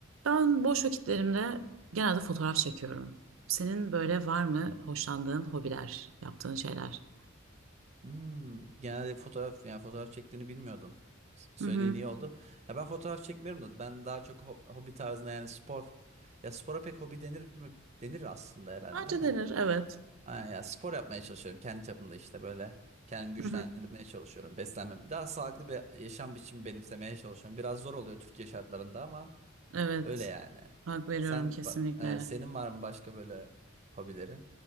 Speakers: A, on the right; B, on the right.
A: Ben boş vakitlerimde genelde fotoğraf çekiyorum. Senin böyle var mı hoşlandığın hobiler, yaptığın şeyler?
B: Hmm, genelde fotoğraf yani fotoğraf çektiğini bilmiyordum. S- Söylediğin
A: Hı hı.
B: iyi oldu. Ya ben fotoğraf çekmiyorum da ben daha çok ho- hobi tarzında yani spor. Ya spora pek hobi denir mi? Denir aslında herhalde
A: Bence
B: değil mi?
A: denir, evet.
B: Ha, ya spor yapmaya çalışıyorum kendi çapımda işte böyle. Kendimi güçlendirmeye
A: Hı hı.
B: çalışıyorum. Beslenmem. Daha sağlıklı bir yaşam biçimi benimsemeye çalışıyorum. Biraz zor oluyor Türkiye şartlarında ama
A: Evet,
B: öyle yani.
A: hak veriyorum
B: Sen
A: kesinlikle.
B: ba- e, senin var mı başka böyle hobilerin?